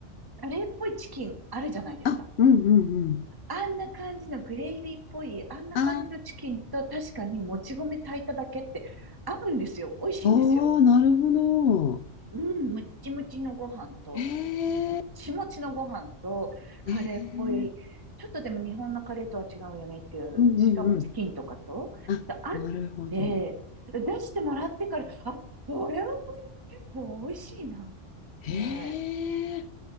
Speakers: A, on the right; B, on the left.
A: マレーっぽいチキンあるじゃないですか。
B: あ、うんうんうん。
A: あんな感じのグレイビーっぽい、あんな感じのチキンと確かにもち米炊いただけって合うんですよ。
B: あ
A: 美味しいんですよ。
B: あ、ああ、なるほど。
A: うん、むっちむちのご飯と、
B: ええ、
A: もっちもちのご飯と、カレーっぽい、
B: ええ、
A: ちょっとでも日本のカレーとは違うよねっていう、
B: うんうんうん。
A: しかもチキンとかと、
B: あ、
A: であっ
B: なるほど。
A: て、出してもらってから、あ、これはこれで結構美味しいなと思って、
B: ええ、